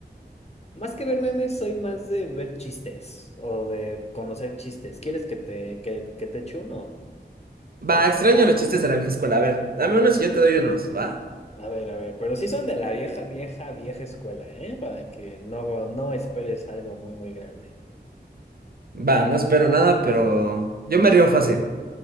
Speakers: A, on the left (about 35°); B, on the right (about 55°).
A: Más que ver memes, soy más de ver chistes o de conocer chistes. ¿Quieres que te, que, que te eche uno?
B: Va, extraño los chistes de la vieja escuela. A ver, dame unos y yo te doy unos, ¿va?
A: A ver, a ver, pero sí son de la vieja, vieja, vieja escuela, ¿eh? Para que no, no esperes algo muy, muy grande.
B: Va, no espero nada, pero yo me río fácil.